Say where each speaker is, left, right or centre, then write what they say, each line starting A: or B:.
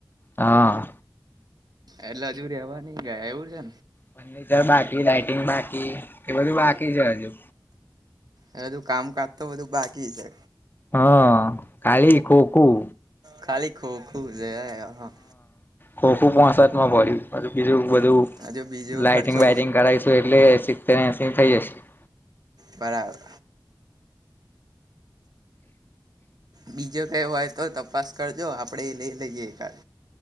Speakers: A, on the left (about 25°); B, on the right (about 55°).
A: હા
B: એટલે હજુ રેવા નઈ ગયા એવું છે.
A: ફર્નિચર બાકી, લાાઈટિંગ બાકી એ બધું બાકી છે હજુ
B: એ બધું કામકાજ તો બધું બાકી છે.
A: હા ખાલી ખોખું
B: ખાલી ખોખૂ છે હમમ.
A: ખોખૂ પોસાઠ માં પડ્યું પછી બીજું બધું
B: હજુ બીજો
A: લાાઈટિંગ
B: ખર્ચો
A: વાઈટિંગ કરાયસુ એટલે સીતે સિત્તેર એંહસી થઈ જશે.
B: બરાબર બીજો હોય તો તપાસ કરજો આપડે એ લઈ લઈએ એકાદ